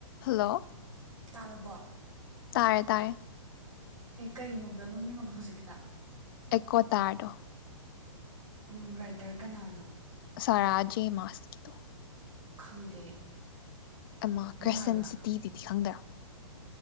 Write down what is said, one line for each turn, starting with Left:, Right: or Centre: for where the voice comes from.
Left: Hello.
Right: ꯇꯥꯔꯕꯣ꯫
Left: ꯇꯥꯔꯦ ꯇꯥꯔꯦ꯫
Right: ꯀꯩ ꯅꯣꯕꯦꯜ ꯃꯃꯤꯡꯑꯕ ꯍꯧꯖꯤꯛꯀꯤꯗꯣ꯫
Left: ꯑꯦꯀꯣꯇꯥꯔꯗꯣ꯫
Right: ꯎ ꯔꯥꯏꯇ꯭ꯔ ꯀꯅꯥꯅꯣ꯫
Left: ꯑꯔꯥꯖꯦ ꯃꯥꯁ ꯀꯤꯗꯣ꯫
Right: ꯈꯪꯗꯦ꯫
Left: ꯑꯦꯃꯥꯀ꯭ꯔꯁ
Right: ꯅꯨꯡꯉꯥꯏꯕ꯭ꯔꯥ
Left: ꯁꯤꯟꯁꯤꯇꯤꯗꯨꯗꯤ ꯈꯪꯗ꯭ꯔꯥ꯫